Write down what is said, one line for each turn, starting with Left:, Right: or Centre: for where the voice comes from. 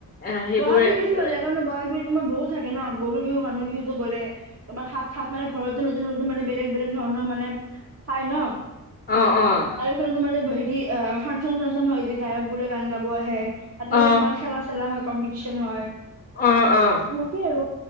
Left: এ সেইবোৰে
Right: বহাগ বিহু বেছিলাগে
Left: ভাল লাগে
Right: কাৰণ বহাগ বিহু তোমাৰ বহুত থাকে ন গৰু বিহু মানুহ বিহুত গলে তোমাৰ সাত শাত মানে ঘৰতো। নতুন নতুন মানে বেলেগ বেলেগ ধৰণৰ মানে খাই ন
Left: অহ অহ
Right: আৰু এইফালে তোমাৰ যে হেৰি ফাংচন চাংচন হয় যে গায়ক বোলে গান গাব আহে ততে
Left: অ
Right: তোমাৰ খেলা চেলা হয় কম্পিটিশন হয়।
Left: অ অ
Right: এনেকেই আৰু